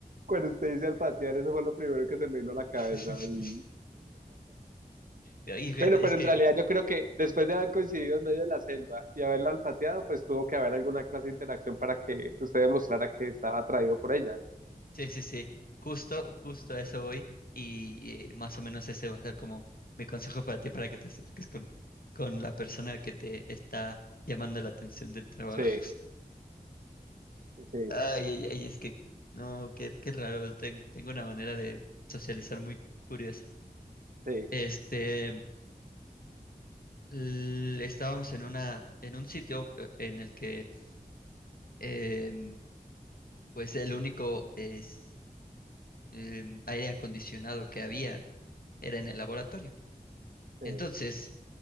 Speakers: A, on the right; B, on the left.
A: cuando usted dice olfatear, eso fue lo primero que se me vino a la cabeza.
B: <laughs>
A: uy.
B: Y, güey,
A: Bueno,
B: es
A: pero
B: que
A: en realidad yo creo que después de haber coincidido en medio de la selva y haberla olfateado, pues tuvo que haber alguna clase de interacción para que usted demostrara que estaba atraído por ella.
B: Sí, sí, sí. Justo, justo a eso voy. Y eh, más o menos ese va a ser como mi consejo para ti para que te acerques con, con la persona que te está llamando la atención del trabajo.
A: Sí,
B: <laughs>
A: sí,
B: Ay, ay, ay, es que no, qué, qué raro. ten- tengo una manera de socializar muy curiosa.
A: sí,
B: Este, l- estábamos en una, en un sitio eh, en el que em, pues el único es, em, aire acondicionado que había era en el laboratorio.
A: sí.
B: Entonces,